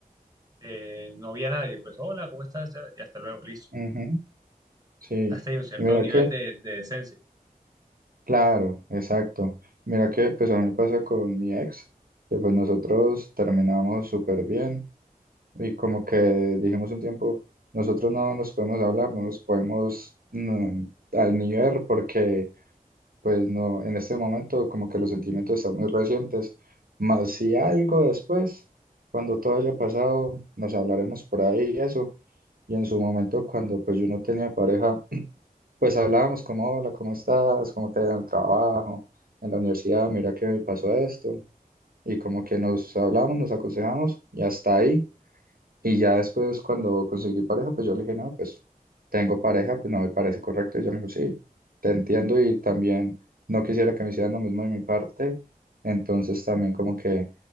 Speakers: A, on the right (about 25°); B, on the right (about 75°).
A: eh, no vi a nadie, pues hola, ¿cómo estás? Y hasta luego, listo.
B: ujú, sí.
A: Hasta ahí un cierto
B: Y mira
A: nivel
B: que,
A: de, de decencia.
B: claro, exacto. Mira que pues a mí me pasa con mi ex, que pues nosotros terminamos súper bien y como que dijimos un tiempo, nosotros no nos podemos hablar, no nos podemos mm, a- ni ver porque pues no, en este momento como que los sentimientos están muy recientes. Más si algo después, cuando todo haya pasado, nos hablaremos por ahí y eso. Y en su momento, cuando pues yo no tenía pareja, Pues hablábamos como, hola, ¿cómo estás? ¿Cómo te va en el trabajo? En la universidad, mira que me pasó esto. Y como que nos hablamos, nos aconsejamos y hasta ahí. Y ya después cuando conseguí pareja, pues yo le dije, no, pues tengo pareja, pues no me parece correcto. Y ella me dijo, sí, te entiendo y también no quisiera que me hicieran lo mismo de mi parte. Entonces también como que